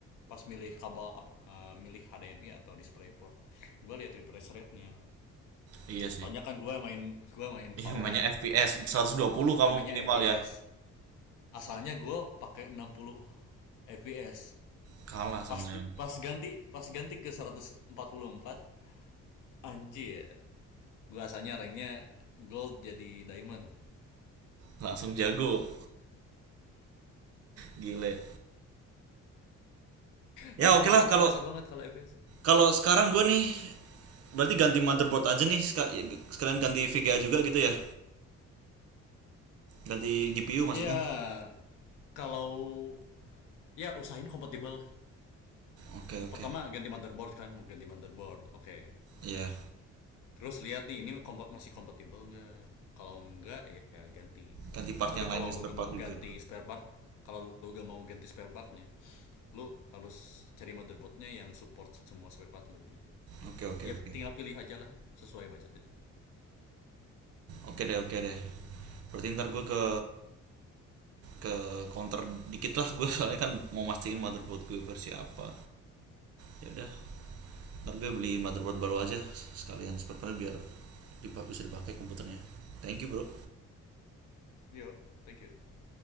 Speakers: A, on the left; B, on the right.
A: pas milih kabel apa eh, milih HDMI atau DisplayPort gue lihat refresh rate-nya
B: iya sih.
A: soalnya kan gue main gue main
B: Iya
A: Valorant
B: namanya FPS
A: ya
B: 120
A: gue
B: kamu
A: mainnya
B: minimal
A: FPS
B: ya.
A: asalnya gue pakai 60 FPS
B: Kalah sama
A: pasti
B: yang
A: pas ganti pas ganti ke seratus empat puluh empat anjir gua asalnya ranknya gold jadi diamond
B: langsung jago, gile.
A: emang
B: Ya oke okay
A: emang
B: lah kalau
A: kerasa banget kalau FPS
B: kalau sekarang gue nih Berarti ganti motherboard aja nih seka- sekalian ganti VGA juga gitu ya. Ganti GPU maksudnya.
A: ya kalau ya usahain kompatibel
B: Oke, oke.
A: pertama ganti motherboard kan ganti motherboard oke Okay.
B: Iya,
A: terus lihat nih ini kompa- masih kompatibel nggak kalau nggak ya ya ganti
B: ganti part
A: tapi
B: yang
A: kalau
B: lainnya
A: lu
B: spare
A: gak mau
B: part
A: ganti
B: juga.
A: spare part kalau lu gak mau ganti spare partnya lu harus cari motherboardnya yang support semua spare part lu gitu
B: Oke, oke,
A: ya
B: oke.
A: tinggal pilih aja lah sesuai budget itu
B: Oke deh, oke deh. Berarti ntar gue ke ke counter dikit lah gue <laughs> soalnya kan mau mastiin motherboard gue versi apa. Ya udah, ntar gue beli motherboard baru aja sekalian spare part biar dipak bisa dipakai komputernya. Thank you, bro.
A: yo thank you